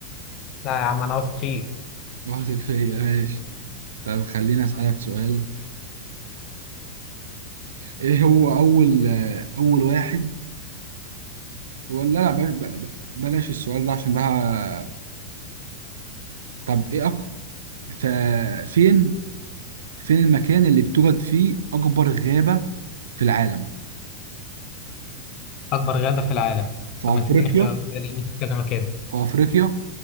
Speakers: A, on the left; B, on the right.
A: لا يا عم أنا واثق فيه
B: واثق فيا ماشي طب خليني اسألك سؤال ايه هو اول اول واحد ولا لا ب- ب- بلاش السؤال ده عشان ده ه- طب ايه أك... ف... فين فين المكان اللي بتوجد فيه اكبر غابة في العالم
A: أكبر غابة في العالم
B: في
A: طب ما
B: افريقيا
A: تديني اختيارات لأن في كذا مكان
B: في افريقيا